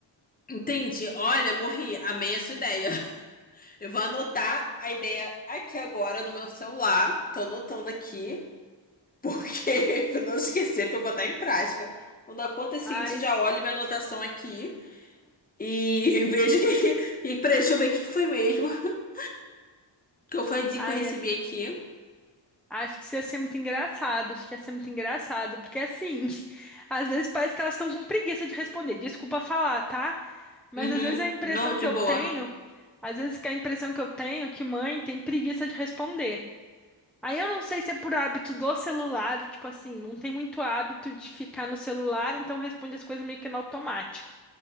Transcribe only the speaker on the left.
Entendi. Olha, morri. Amei a sua ideia. <laughs> Eu vou anotar a ideia aqui agora no meu celular. Tô anotando aqui. Porque, <laughs> para não esquecer, para eu botar em prática. Quando acontecer
isso, já olho minha anotação aqui e <laughs> vejo que, que peraí, deixa eu ver o que foi mesmo. <laughs> Que foi a dica
que eu recebi
aqui.
Uhum.
Não, de
boa.